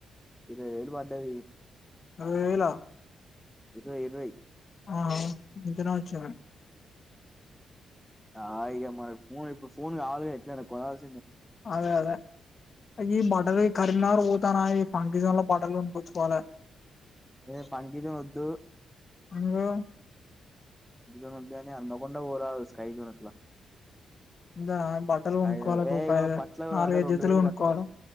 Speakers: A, in the centre; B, on the left.
A: ఇరవై వేళ్ళు వడ్డది
B: అరవై వేళ
A: ఇరవై ఇరవై
B: ఆహా ఇంతనే వచ్చింది
A: ఆ ఇగా మరి ఫోన్ ఇప్పుడు ఫోన్ కావాలిగా ఎట్లైనా కోనాలి
B: అదే అదే ఈయ్యి బార్డర్ కరీంనగర్ పోతాన ఈ పండుగల బట్టలు కోనుకచ్చుకోవాలే
A: ఏ పని బిజీ ఒద్దు
B: ఇంగో
A: ఇంట్లోనే ఉంటే అందకుండా పోరాదు స్కైడునట్ల
B: ఇందా బట్టలు
A: స్కై
B: కొనుక్కోవాలి
A: ఏ ఏగో
B: ఒక ఐదు
A: బట్టల
B: నాలుగైదు
A: అడ రెండు
B: జతలు
A: వేలు
B: కొనుక్కోవాలి
A: పట్టుకో